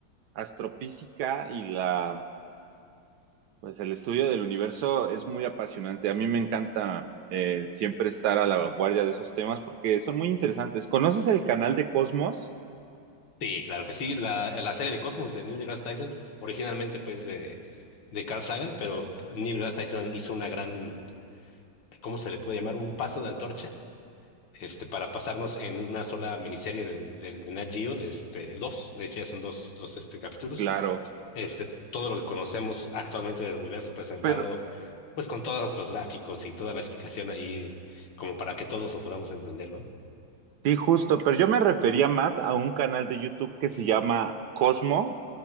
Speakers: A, on the right; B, on the left.
A: astrofísica y la Pues el estudio del universo es muy apasionante. A mí me encanta eh, siempre estar a la vanguardia de esos temas porque son muy interesantes. ¿Conoces el canal de Cosmos?
B: Sí, claro que sí. La, la serie de Cosmos de Neil deGrasse Tyson, originalmente pues de, de Carl Sagan, pero Neil deGrasse Tyson hizo una gran, ¿cómo se le puede llamar? Un paso de antorcha este, para pasarnos en una sola miniserie del del- de Nat Geo, este, dos, de hecho ya son dos, dos este, capítulos,
A: Claro,
B: este, todo lo que conocemos actualmente del universo presentado,
A: pero
B: pues con todos los gráficos y toda la explicación ahí, como para que todos lo podamos entender, ¿no?
A: sí, justo, pero yo me refería más a un canal de YouTube que se llama Cosmo.